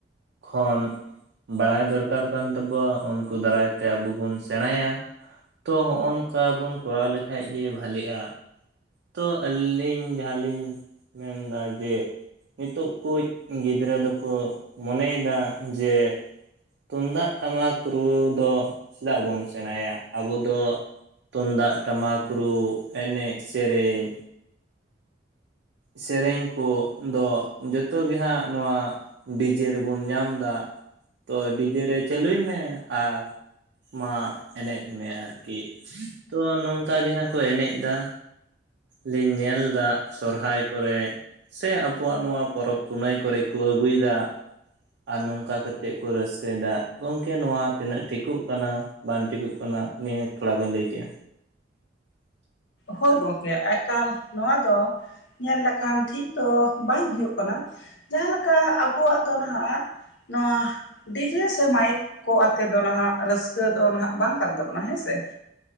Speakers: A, on the right; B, on the left.
A: ᱠᱷᱚᱱ, ᱵᱟᱲᱟᱭ ᱫᱚᱨᱠᱟᱨ ᱠᱟᱱ ᱛᱟᱵᱚᱣᱟ ᱩᱱᱠᱩ ᱫᱟᱨᱟᱭ ᱛᱮ ᱟᱵᱚ ᱵᱚᱱ ᱥᱮᱬᱟᱭᱟ᱾ ᱛᱚ ᱦᱚᱜᱼᱚᱝᱠᱟ ᱵᱚᱱ ᱠᱚᱨᱟᱣ ᱞᱮᱠᱷᱟᱡ ᱜᱮ ᱵᱷᱟᱞᱮᱜᱼᱟ᱾ ᱛᱚ ᱟᱹᱞᱤᱧ ᱡᱟᱦᱟᱸᱞᱤᱧ ᱢᱮᱱᱫᱟ ᱡᱮᱼᱼ ᱱᱤᱛᱚᱜ ᱠᱩᱡ ᱜᱤᱫᱽᱨᱟᱹ ᱫᱚᱠᱚ ᱢᱚᱱᱮᱭᱮᱫᱟ ᱡᱮᱼᱼ ᱛᱩᱢᱫᱟᱜ ᱴᱟᱢᱟᱠ ᱨᱩ ᱫᱚ ᱪᱮᱫᱟᱜ ᱵᱚᱱ ᱥᱮᱬᱟᱭᱟ ᱟᱵᱚ ᱫᱚᱼᱼ ᱛᱩᱢᱫᱟᱜ ᱴᱟᱢᱟᱠ ᱨᱩ ᱮᱱᱮᱡ ᱥᱮᱨᱮᱧ, ᱥᱮᱨᱮᱧ ᱠᱚᱫᱚ ᱡᱚᱛᱚ ᱦᱟᱸᱜ ᱱᱚᱣᱟ ᱰᱤᱡᱮ ᱨᱮᱵᱚᱱ ᱧᱟᱢᱫᱟ ᱛᱚ ᱰᱤᱡᱮ ᱨᱮ ᱪᱟᱹᱞᱩᱭ ᱢᱮ ᱟᱨᱼᱼ ᱢᱟ ᱮᱱᱮᱡ ᱢᱮ ᱟᱨᱠᱤ ᱛᱚ ᱱᱚᱝᱠᱟ ᱜᱮ ᱦᱟᱸᱜ ᱠᱚ ᱮᱱᱮᱡ ᱮᱫᱟ᱾ ᱞᱤᱧ ᱧᱮᱞ ᱮᱫᱟ ᱥᱚᱨᱚᱦᱟᱭ ᱠᱚᱨᱮ ᱥᱮ ᱟᱵᱚᱣᱟᱜ ᱱᱚᱣᱟ ᱯᱚᱨᱚᱵᱽ ᱯᱩᱱᱟᱹᱭ ᱠᱚᱨᱮ ᱠᱚ ᱟᱹᱜᱩᱭᱮᱫᱟ᱾ ᱟᱨ ᱱᱚᱝᱠᱟ ᱠᱟᱛᱮᱫ ᱠᱚ ᱨᱟᱹᱥᱠᱟᱹᱭᱮᱫᱟ ᱜᱚᱢᱠᱮ ᱱᱚᱣᱟ ᱛᱤᱱᱟᱹᱜ ᱴᱷᱤᱠᱚᱜ ᱠᱟᱱᱟᱼᱼ ᱵᱟᱝ ᱴᱤᱠᱚᱜ ᱠᱟᱱᱟ ᱱᱤᱭᱟᱹ ᱛᱷᱚᱲᱟ ᱵᱮᱱ ᱞᱟᱹᱭᱠᱮᱜᱼᱟ?
B: ᱦᱳᱭ ᱜᱚᱝᱠᱮ ᱮᱠᱟᱞ ᱱᱚᱣᱟ ᱫᱚ ᱧᱮᱞ ᱞᱮᱠᱷᱟᱱ ᱴᱷᱤᱠ ᱫᱚᱼᱼ ᱵᱟᱝ ᱦᱩᱭᱩᱜ ᱠᱟᱱᱟ ᱡᱟᱦᱟᱸᱮᱠᱟ ᱟᱵᱚᱣᱟᱜ ᱫᱚ ᱱᱟᱦᱟᱜ ᱱᱚᱣᱟᱼᱼ ᱰᱤᱡᱮ ᱥᱮ ᱢᱟᱭᱤᱠ ᱠᱚ ᱟᱛᱮ ᱫᱚ ᱱᱟᱦᱟᱜ ᱨᱟᱹᱥᱠᱟᱹ ᱫᱚ ᱱᱟᱦᱟᱜ ᱵᱟᱝ ᱠᱟᱱ ᱛᱟᱵᱚᱱᱟ ᱦᱮᱸᱥᱮ